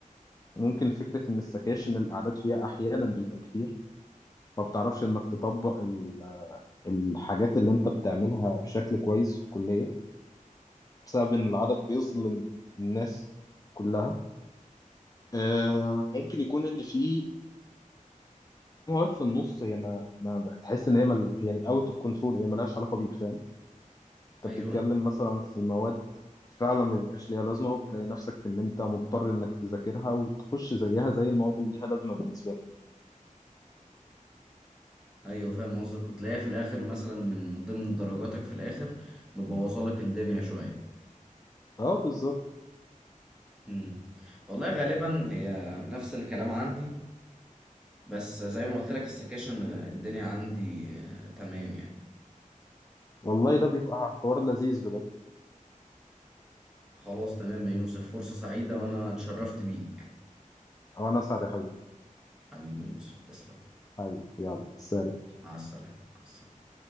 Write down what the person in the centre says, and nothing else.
ايوه
ايوه فاهم قصدك وتلاقيها في الاخر مثلا من ضمن درجاتك في الاخر مبوظه لك الدنيا شويه
امم والله غالبا هي نفس الكلام عندي بس زي ما قلت لك السكاشن آه، الدنيا عندي آه، تمام يعني
خلاص تمام يا يوسف فرصه سعيده وانا اتشرفت بيك
حبيبي يا يوسف تسلم
مع السلامه مع السلامة.